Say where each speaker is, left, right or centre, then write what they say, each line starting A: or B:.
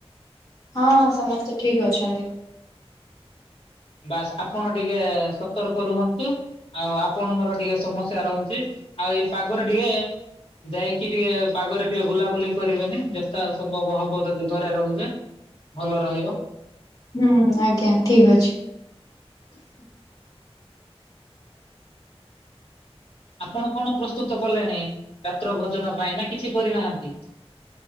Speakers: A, on the left; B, on the left.
A: ହଁ ସମସ୍ତେ ଠିକ ଅଛନ୍ତି।
B: ବାସ୍ ଆପଣ ଟିକେ ସତର୍କ ରୁହନ୍ତୁ। ଆଉ ଆପଣଙ୍କର ଟିକେ ସମସ୍ୟା ରହୁଚି ଆଉ ଏଇ ପାଗରେ ଟିକେ ଯାଇକି କି ଟିକେ ପାଗରେ ଟିକେ ବୁଲାବୁଲି କରିବେନି ଯଥା ସମ୍ଭବ ହବ ଯଦି ଘ ଘରେ ରହିବେ ଭଲ ରହିବ।
A: ହୁଁ ଆଜ୍ଞା ଠିକ୍ ଅଛି।
B: ଆପଣ କଣ ପ୍ରସ୍ତୁତ କଲେଣି ରାତ୍ର ଭୋଜନ ପାଇଁ ନା କିଛି କରିନାହାନ୍ତି।